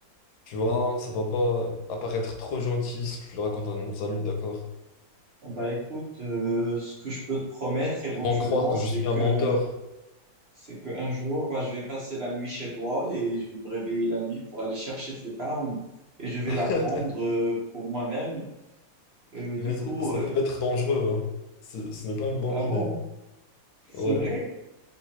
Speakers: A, on the left; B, on the right.
A: Tu vois, ça va pas apparaître trop gentil si tu le racontes à nos amis, d'accord?
B: Bah écoute, euh, ce que je peux te promettre éventuellement,
A: Ils vont croire que
B: c'est
A: je suis
B: que
A: un menteur,
B: c'est qu'un jour, bah, je vais passer la nuit chez toi et je vais me réveiller la nuit pour aller chercher cette arme et je vais
A: <laughs>
B: la prendre euh, pour moi-même Euh, du
A: mais
B: coup,
A: ça, ça
B: euh,
A: peut être dangereux, hein. Ce ce n'est pas une bonne
B: ah
A: idée.
B: bon, c'est
A: Ouais.
B: vrai.